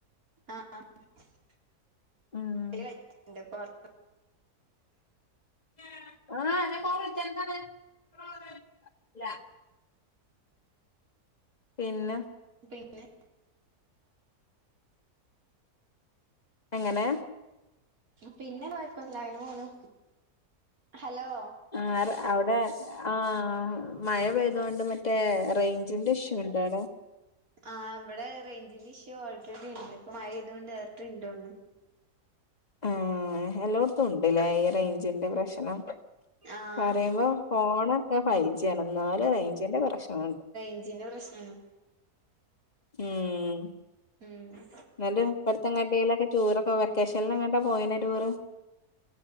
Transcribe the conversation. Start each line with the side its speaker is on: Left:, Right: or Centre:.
Right: <unintelligible>
Left: ഉം <unintelligible> പിന്നെ
Right: പിന്നെ
Left: എങ്ങനെ
Right: പിന്നെ കൊഴപ്പ ഇല്ല അങ്ങനെ പോണു ഹലോ
Left: ആറ് അവിടെ ആഹ് മഴ പെയ്തോണ്ട് മറ്റേ റെയ്ഞ്ച്ന്റെ ഇഷ്യുണ്ടൊ അവിടെ
Right: ആഹ് ഇവിടെ റെയ്ഞ്ച്ന്റ ഇഷ്യു ഓൾറെഡി ഉണ്ട് ഇപ്പ മഴ പെയ്തോണ്ട് <unintelligible>
Left: ആഹ് എല്ലോട്ത്തൂണ്ട്ലേ ഈ റെയ്ഞ്ചിന്റെ പ്രശ്നം
Right: ആഹ്
Left: പറയുമ്പോ ഫോണൊക്കെ ഫൈജി ആണ് എന്നാലും റെയിഞ്ച്ന്റെ പ്രശ്നങ്ങള്ണ്ട്
Right: <unintelligible> പ്രശ്നാണ്
Left: ഉം
Right: ഉം
Left: എന്നിട്ട് ഇപ്പട്ത്തെങ്ങട്ടേലൊക്കെ ടൂറൊക്കെ വെക്കേഷൻലെങ്ങട്ടാ പോയീന്ന് ടൂറ്